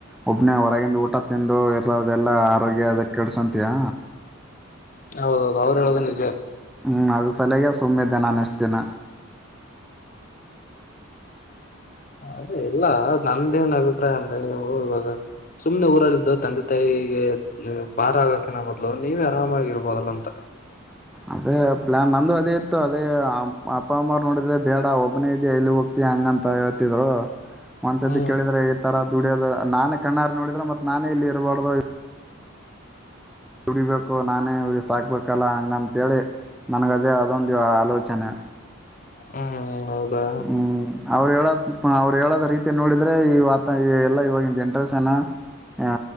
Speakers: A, in the centre; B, on the left.
A: ಒಬ್ನೇ ಹೊರಗಂದು ಊಟ ತಿಂದು ಇರದೆಲ್ಲ ಆರೋಗ್ಯ ಅದ ಕೆಡಸಂತಿಯಾ
B: ಹೌದೌದು ಅವ್ರು ಹೇಳುದು ನಿಜ
A: ಹ್ಮ್ ಅದು ಸಲಗೆ ಸುಮ್ಮನೆ ದಿನ ಇಷ್ಟ್ದಿನ
B: ಅದೇ ಇಲ್ಲ ನಂದೇನ್ ಅಭಿಪ್ರಾಯ ಅಂದ್ರೆ ನೀವು ಇವಾಗ ಸುಮ್ನೆ ಊರಲ್ಲಿದ್ದು ತಂದೆ ತಾಯಿಗೆ ಬಾರ ಆಗಕಿನ ಮೊದ್ಲು ನೀವೇ ಆರಾಮಾಗಿರ್ಬದಲ್ಲ ಅಂತ
A: ಅದೇ ಪ್ಲಾನ್ ನಂದು ಅದೇ ಅಪ್ಪ ಅಮ್ಮ ನೋಡಿದ್ರೆ ಬೇಡ ಒಬ್ಬನೇ ಇದ ಇಲ್ಲಿ ಹೋಗತಿ ಹಂಗ ಅಂತ ಹೇಳ್ತಿದ್ರು ಒಂದ್ಸತಿ
B: ಹ್ಮ್
A: ಕೇಳಿದ್ರೆ ಈ ತರ ದುಡಿಯೋದು ನಾನ ಕ ಣ್ಣಾರ್ ನೋಡಿದ್ರ ಮತ್ತ ನಾನೇ ಇಲ್ಲಿ ಇರಬಾರ್ದು ದುಡೀಬೇಕು ನಾನೇ ಹುಗ ಸಾಕ್ಬೇಕಲ್ಲ ಹಂಗಂತೇಳಿ ನನಗದೇ ಅದೊಂದು ಯ ಆಲೋಚನೆ
B: ಹ್ಮ್ ಹೌದಾ
A: ಹ್ಮ್ ಅವ್ರು ಹೇಳದ ಅವ್ರು ಹೇಳದ ರೀತಿ ನೋಡಿದ್ರೆ ಈತ ಈ ಎಲ್ಲಾ ಇವಾಗಿನ ಜನ್ರೇಷನ್ ಅ